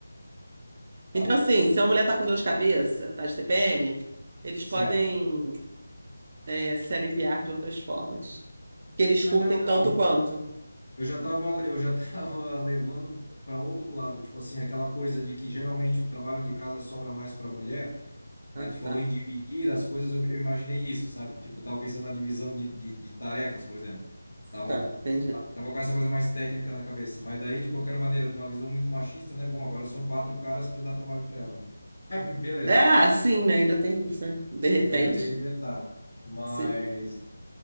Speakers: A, on the left; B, on the right.
A: Tá,
B: Então, assim, se uma mulher tá com dor de cabeça, tá de TPM, eles
A: certo.
B: podem. é, se aliviar de outras formas. Que eles
A: Ah,
B: curtem
A: não,
B: tanto
A: não.
B: quanto.
A: Eu já tava, eu já <laughs> tava levando para outro lado, tipo assim, aquela coisa de que geralmente o trabalho de casa sobra mais para mulher. Aí
B: Ah,
A: tu falou
B: tá,
A: em dividir as coisas, eu, eu imaginei isso, sabe? Tipo, tava pensando na divisão de, de, de tarefas, por exemplo. Tava,
B: tá, entendi.
A: tava com essa coisa mais técnica na cabeça. Mas daí, de qualquer maneira, de uma visão muito machista, né? Bom, agora são quatro caras para dar trabalho para ela, né? <laughs> Aí, beleza,
B: É, Ah, sim, né? Ainda tem isso, né? De repente.
A: ainda tem esse detalhe. Mas,
B: se-